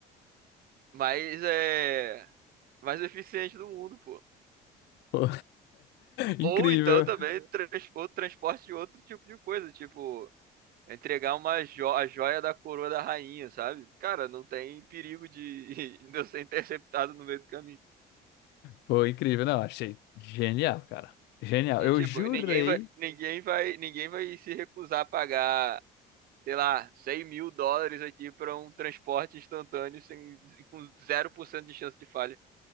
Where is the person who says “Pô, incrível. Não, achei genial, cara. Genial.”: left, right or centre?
Left